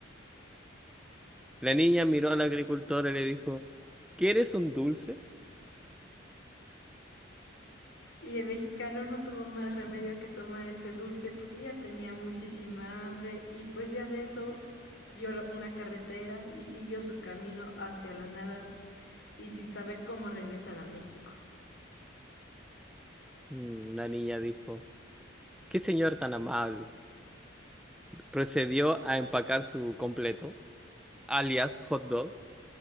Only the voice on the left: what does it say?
Y el mexicano no tuvo más remedio que tomar ese dulce porque ya tenía muchísima hambre y pues ya de eso vio una carretera y siguió su camino hacia la nada y sin saber cómo regresar a México.